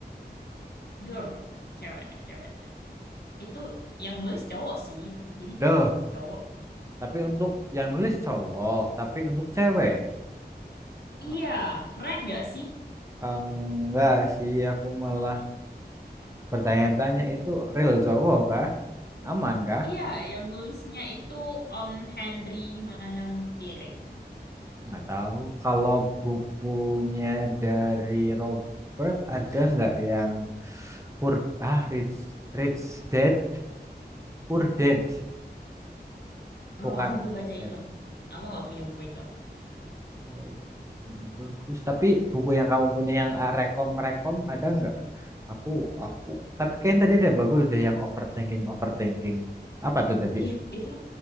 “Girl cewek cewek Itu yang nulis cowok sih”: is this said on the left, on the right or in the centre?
Left